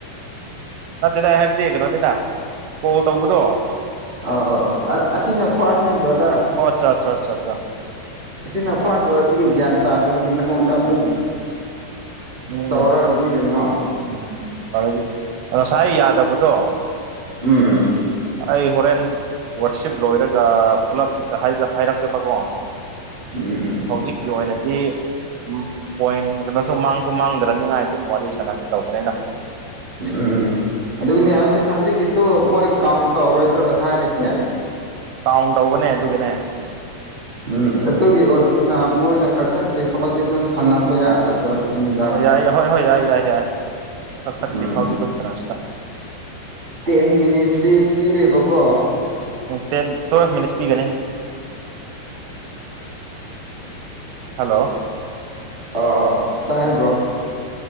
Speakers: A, on the right; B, on the right.
A: ꯅꯠꯇꯦꯗ ꯑꯩ ꯍꯥꯏꯕꯗꯤ ꯀꯩꯅꯣꯅꯤꯅ ꯀꯣꯜ ꯇꯧꯕꯗꯣ
B: ꯑ ꯑꯣ ꯑꯣ ꯑꯁꯤꯅ ꯐꯥꯔꯁꯅꯦ ꯕ꯭ꯔꯥꯗꯔ꯫
A: ꯑꯆꯥꯆꯥꯆꯥ
B: ꯑꯁꯤꯅ ꯐꯥꯔꯁ ꯑꯣꯏꯕꯒꯤ ꯒ꯭ꯌꯥꯟ ꯇꯥꯗꯕꯒꯤ ꯅꯪꯉꯣꯟꯗ ꯑꯃꯨꯛ
A: ꯎꯝ ꯎꯝ
B: ꯇꯧꯔ ꯏꯅꯤ ꯀꯩꯅꯣ꯫
A: ꯎꯝ ꯐꯔꯗꯤ ꯉꯁꯥꯏ ꯌꯥꯗꯕꯗꯣ
B: ꯎꯝ ꯎꯝ
A: ꯑꯩ ꯍꯣꯔꯦꯟ ꯋꯥꯔꯁꯤꯞ ꯂꯣꯏꯔꯒ ꯄꯨꯂꯞ ꯍꯥꯏꯔꯛꯀꯦꯕꯀꯣ
B: ꯎꯝ ꯎꯝ
A: ꯍꯧꯖꯤꯛꯀꯤ ꯑꯣꯏꯅꯗꯤ ꯑꯝ ꯄꯣꯏꯟ ꯀꯩꯅꯣꯁꯨ ꯃꯥꯡꯁꯨ ꯃꯥꯡꯗ꯭ꯔꯅꯤꯉꯥꯏ ꯑꯗꯨꯝ ꯋꯥꯔꯤ ꯁꯤ ꯇꯧꯕꯅꯦꯗ꯫
B: ꯎꯝ ꯑꯗꯨꯒꯤꯅꯦ ꯍꯧꯖꯤꯛ ꯍꯧꯖꯤꯛꯀꯤꯁꯨ ꯃꯣꯏ ꯀꯥꯎꯟ ꯇꯧꯔꯣꯏꯗ꯭ꯔꯣ ꯊꯥꯔꯤꯁꯦ
A: ꯀꯥꯎꯟ ꯇꯧꯕꯅꯦ ꯑꯗꯨꯒꯤꯅꯦ
B: ꯎꯝ ꯑꯗꯨꯒꯤ ꯑꯣꯏꯕꯅꯤꯅ ꯃꯣꯏꯅ ꯀꯛꯊꯠꯇ꯭ꯔꯤ ꯐꯥꯎꯗꯤ ꯑꯗꯨꯝ ꯁꯥꯟꯅꯕ ꯌꯥꯒꯗ꯭ꯔꯣ ꯁꯤꯅꯤꯗ
A: ꯑꯣ ꯌꯥꯏ ꯍꯣꯏ ꯍꯣꯏ ꯌꯥꯏ ꯌꯥꯏ ꯌꯥꯏ ꯀꯛꯊꯠꯇ꯭ꯔꯤ
B: ꯎꯝ
A: ꯐꯥꯎꯗꯤ ꯗꯨꯝ ꯁꯥꯅꯁꯤꯗ
B: ꯇꯦꯟ ꯃꯤꯅꯤꯠꯁꯇꯤ ꯄꯤꯔꯦꯕꯀꯣ
A: ꯇꯦꯟ ꯇ꯭ꯋꯦꯜꯐ ꯃꯤꯅꯤꯠꯁ ꯄꯤꯒꯅꯤ ꯍꯜꯂꯣ
B: ꯑꯣ ꯑꯣ ꯇꯥꯢꯌ‌ꯦ
A: ꯎꯝ
B: ꯕ꯭ꯔꯣ